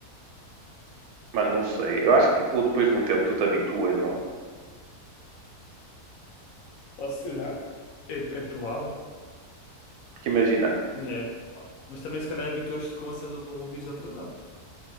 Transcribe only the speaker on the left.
Ou se calhar, é, é provável.
Imagina, é- mas também se calhar habituaste com a cena do ouvires atrasado.